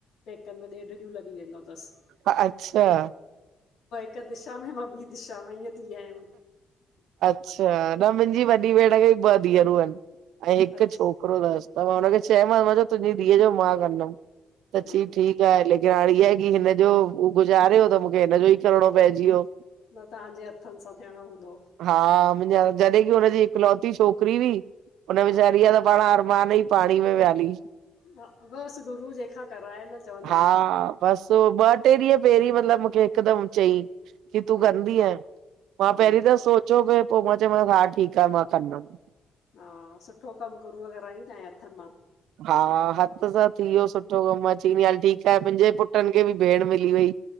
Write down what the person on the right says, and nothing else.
आहे अच्छा
अच्छा न मुंहिंजी वॾी भेण खे ॿ धीअरूं आहिनि। ऐं हिकु
छोक छोकिरो अथसि। त मां हुनखे चयोमांसि मां चयो तुंहिंजी धीअ जो मा कंदमि। त
चयईं ठीकु आहे। लेकिन हाणे हिअ आए कि हिनजो गुज़ारेियो त मूंखे हिनजो ई करिणो पइजी वियो।
हा मुंहिंजे हथि, जॾहिं कि हुन जी हिकुलौती छोकरी हुई। उन
वेचारी जा त पणा अरमान ई पाणीअ में विया हली।
हा
बसि ॿ टे ॾींहं पहिरीं मतिलबु मूंखे हिकदमि चयईं कि तूं
कंदीअ? मां
पहिरीं त सोच चओ पिया पोइ मां चयोमांसि हा ठीकु आ मां कंदमि।
हा हथि सां थी वियो सुठो कमु। मां चईंदी आ हल ठीकु आहे मुंहिंजे पुटनि खे बि भेण मिली वई।